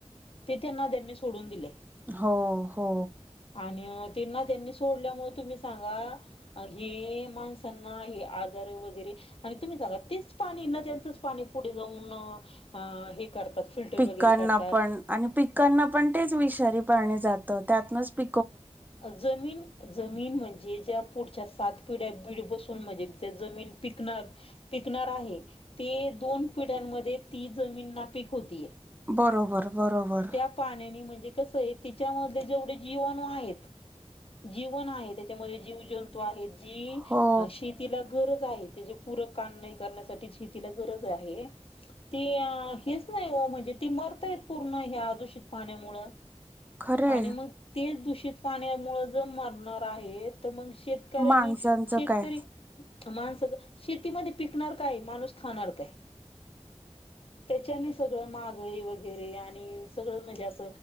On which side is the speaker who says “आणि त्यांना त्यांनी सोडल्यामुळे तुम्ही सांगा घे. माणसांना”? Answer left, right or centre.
Left